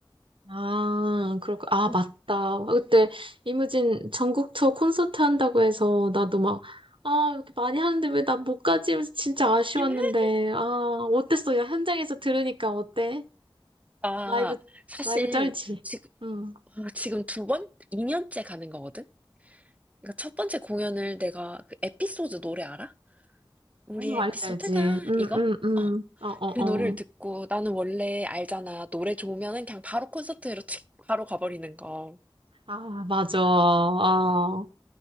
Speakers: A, on the right; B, on the right.
A: 아, 그렇고, 아,
B: 응.
A: 맞다. 그때 이무진 전국 투어 콘서트 한다고 해서 나도 막, 아, 이렇게 많이 하는데 왜 나 못 가지? 하면서 진짜 아쉬웠는데,
B: <laughs>
A: 아, 어땠어? 야, 현장에서 들으니까 어때?
B: 아,
A: 라이브,
B: 사실
A: 라이브 쩔지?
B: 지금,
A: 응.
B: 어, 지금 두 번? 2년째 가는 거거든? 그러니까 첫 번째 공연을 내가 그 에피소드 노래 알아? 우리
A: 어,
B: 에피소드가
A: 알지, 알지. 응,
B: 이거?
A: 응, 응.
B: 어,
A: 어, 어,
B: 그 노래를
A: 어.
B: 듣고 나는 원래 알잖아. 노래 좋으면은 그냥 바로 콘서트로 칙 바로 가버리는 거.
A: 아, 맞아. 아,